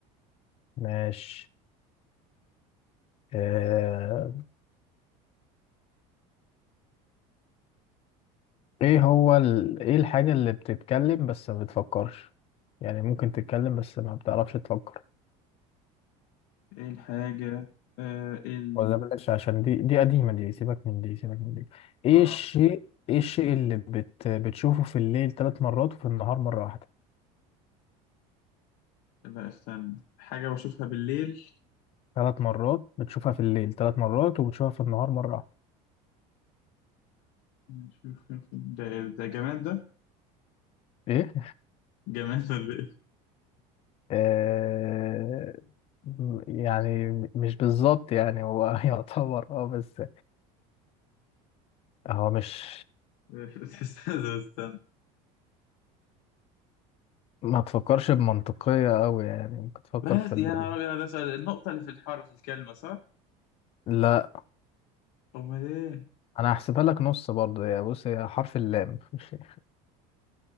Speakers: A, on the left; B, on the left.
A: ماشي آه، ايه هو ال... ايه الحاجة اللي بتتكلم بس ما بتفكرش يعني ممكن تتكلم بس ما بتعرفش تفكر
B: ايه الحاجة آه اللي
A: ولا بلاش عشان دي دي قديمة دي سيبك من دي سيبك من دي ايه
B: اه
A: الشيء ايه الشيء اللي بت... بتشوفه في الليل ثلاث مرات وفي النهار مرة واحدة
B: لا استنى حاجة بشوفها بالليل
A: ثلاث مرات بتشوفها في الليل ثلاث مرات وبتشوفها في النهار مرة واحدة
B: نشوف- ده ده جماد ده
A: ايه
B: جماد ولا ايه
A: <laughs> آه... م- يعني مش بالظبط يعني هو <laughs> يعتبر اه بس هو مش
B: <laughs> استنى استنى
A: ما تفكرش بمنطقية أوي يعني ممكن تفكر
B: بس
A: في البديهي
B: يا نهار أبيض، ده سؤال النقطة اللي في الحرف الكلمة صح؟
A: لا
B: أمال إيه؟
A: انا هحسبها لك نص برضه يا بص هي حرف اللام <laughs>